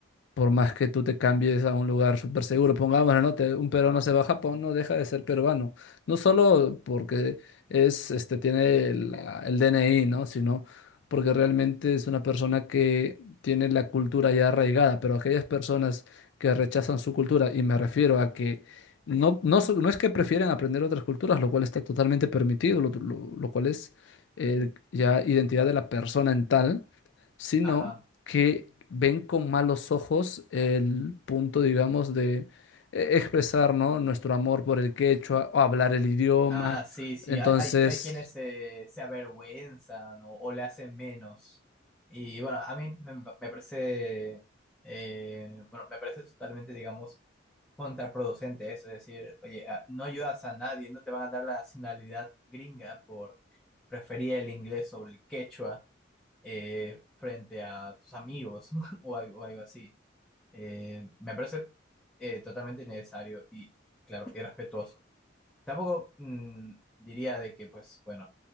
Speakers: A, on the left; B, in the centre.
A: por más que tú te cambies a un lugar súper seguro, pongámoslo, ¿no? Te- un peruano se va a Japón, no deja de ser peruano. No solo porque es, este, tiene la- el DNI, ¿no? Sino porque realmente es una persona que tiene la cultura ya arraigada, pero aquellas personas que rechazan su cultura, y me refiero a que no, no, so- no es que prefieren aprender otras culturas, lo cual está totalmente permitido, lo, lo- lo cual es eh, ya identidad de la persona en tal, sino
B: Ajá.
A: que ven con malos ojos el punto, digamos, de eh, expresar, ¿no? nuestro amor por el quechua o hablar el idioma.
B: Ah, sí, sí,
A: Entonces,
B: hay, hay, hay quienes se, se avergüenzan o, o le hacen menos. Y bueno, a mí me, me parece, eh, bueno, me parece totalmente, digamos, contraproducente eso, es decir, oye, ah, no ayudas a nadie, no te van a dar la nacionalidad gringa por preferir el inglés sobre el quechua eh, frente a tus amigos <laughs> o algo, algo así. Eh, me parece eh, totalmente innecesario y, claro, irrespetuoso. Tampoco mm, diría de que, pues, bueno,